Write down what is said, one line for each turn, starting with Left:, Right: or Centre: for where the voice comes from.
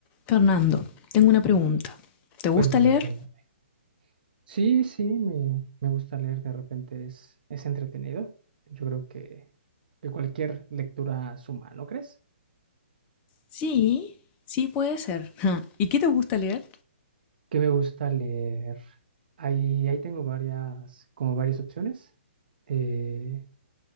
Left: Fernando, tengo una pregunta. ¿Te
Right: Cuéntame,
Left: gusta leer?
Right: cuéntame. Sí, sí, me, me gusta leer, de repente es, es entretenido. Yo creo que, que cualquier lectura suma, ¿no crees?
Left: Sí, sí puede ser. Ja, ¿Y qué te gusta leer?
Right: ¿Qué me gusta leer? Ahí, ahí tengo varias, como varias opciones. Eh,